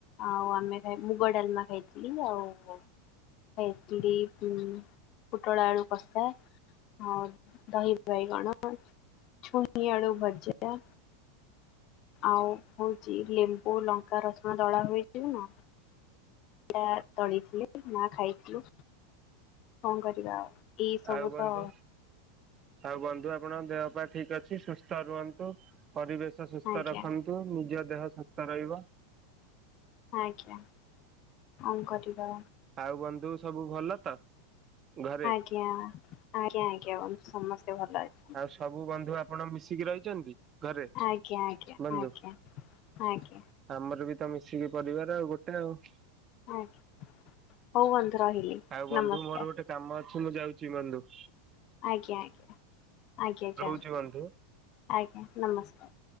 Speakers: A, on the left; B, on the right.
A: ଆଉ ଆମୋଇ ମୁଗ ଡାଲମା ଖାଇଥିଲି ଆଉ। ଏଟଲି ଉ ପୁଟଳ ଆଲୁ କଷା। ଆଉ ଦହି ବାଇଗଣ ଚୁଇ ଆଳୁ ଭଜା। ଆଉ ହଉଛି ଲେମ୍ବୁ ଲଙ୍କା ରସୁଣ ଦଳା ହୋଇଥିଲା। ପା ଦଳିଥିଲେ ମା ଖାଇଥିଲୁ। କଣ କରିବା ଆଉ? ଏଇ ସବୁ
B: ଆଉ ବନ୍ଧୁ
A: ତ
B: ଆଉ ବନ୍ଧୁ ଆପଣଙ୍କ ଦେହ ପାଇଁ ଠିକ ଅଛି ସୁସ୍ଥ ରୁହନ୍ତୁ। ପରିବେଶ ସୁସ୍ଥ
A: ଆଜ୍ଞା
B: ରଖନ୍ତୁ ନିଜ ଦେହ ସୁସ୍ଥ ରହିବ।
A: ଆଜ୍ଞା କଣ କରିବା।
B: ଆଉ ବନ୍ଧୁ ସବୁ ଭଲ ତ ଘରେ?
A: କ୍ୟଆ ଆରେ ଆଜ୍ଞା ସମସ୍ତେ ଭଲ ଅଛୁ।
B: ଆଉ ସବୁ ବନ୍ଧୁ ଆପଣ ମିଶିକି ରହିଛନ୍ତି? ଘରେ
A: ଆଜ୍ଞା ଆଜ୍ଞା
B: ବନ୍ଧୁ?
A: ଆଜ୍ଞା ଆଜ୍ଞା।
B: ଆମର ବି ତ ମିଶିକି ପରିବାର ଆଉ ଗୋଟେ ଆଉ।
A: ଆଜ୍ଞା ହଉ ବନ୍ଧୁ ରହିଲି।
B: ଆଉ ବନ୍ଧୁ
A: ନମସ୍କାର
B: ମୋର ଗୋଟେ କାମ ଅଛି ମୁଁ ଯାଉଛି ବନ୍ଧୁ।
A: ଆଜ୍ଞା ଆଜ୍ଞା ଆଜ୍ଞା
B: ରହୁଛି
A: ଯା
B: ବନ୍ଧୁ।
A: ଆଜ୍ଞା ନମସ୍କାର।